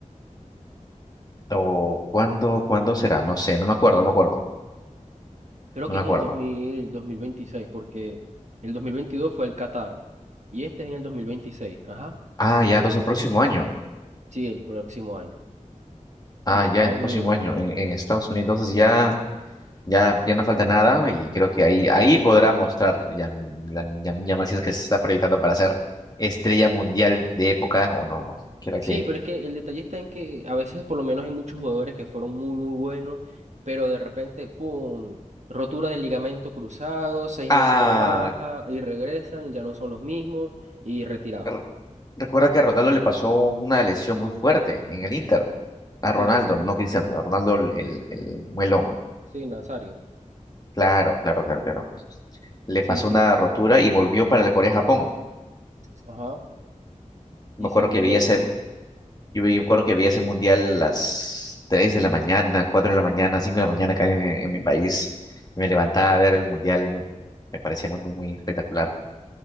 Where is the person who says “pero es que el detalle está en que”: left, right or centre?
Right